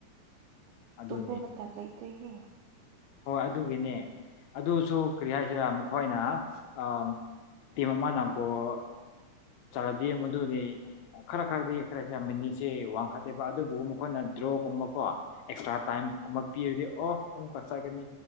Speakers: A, on the left (about 75°); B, on the right (about 90°).
A: ꯑꯗꯨꯅꯤ
B: ꯇꯨꯝꯐꯨ ꯃꯇꯥꯝ ꯂꯩꯇ꯭ꯔꯤꯍꯦ
A: ꯍꯣꯏ ꯑꯗꯨꯒꯤꯅꯦ ꯑꯗꯨꯁꯨ ꯀꯔꯤ ꯍꯥꯏꯁꯤꯔ ꯃꯈꯣꯏꯅ ꯑꯥ ꯇꯤꯝ ꯑꯃꯅ ꯒꯣꯜ ꯆꯜꯂꯗꯤ ꯃꯗꯨꯅꯤ ꯈꯔ ꯈꯔꯗꯤ ꯈꯔꯁꯦ ꯌꯥꯝꯃꯤꯅꯤꯁꯦ ꯋꯥꯡꯈꯠꯂꯦꯕ ꯑꯗꯨꯕꯨ ꯃꯈꯣꯏꯅ ꯗ꯭ꯔꯣꯒꯨꯝꯕ ꯀꯣ ꯑꯦꯛꯁꯇ꯭ꯔꯥ ꯇꯥꯏꯝ ꯀꯨꯝꯕ ꯄꯤꯔꯗꯤ ꯑꯣ ꯑꯃꯨꯛꯀ ꯆꯠꯒꯅꯤ